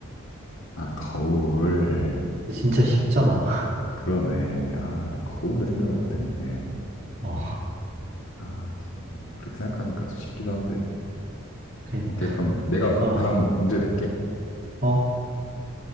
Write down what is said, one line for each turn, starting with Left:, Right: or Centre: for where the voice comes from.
Left: 아, 거울.
Right: 진짜 쉽잖아.
Left: 그러네. 아, 나 거울을 생각을 못했네.
Right: <laughs> 어.
Left: 아, 진짜 뭐 그렇게 생각하니까 좀 쉽기도 한데.
Right: 그,
Left: 오케이, 그럼 내가
Right: 어,
Left: 다음 문제 낼게.
Right: 어.